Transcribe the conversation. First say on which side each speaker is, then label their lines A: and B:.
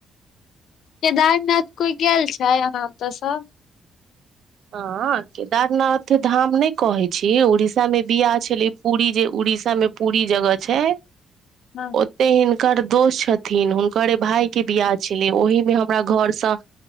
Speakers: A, on the left; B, on the right.
A: केदारनाथ कोइ गैल छै अहाँ अतऽ सँ
B: हँ केदारनाथ धाम नय कहै छी उड़ीसा मे बियाह छेले पूरी जे उड़ीसा मे पूरी जगह छै
A: हँ
B: ओते हिनकर दोस्त छथिन हुनकरे भाय केँ बियाह छलै ओहिमे हमरा घरसँ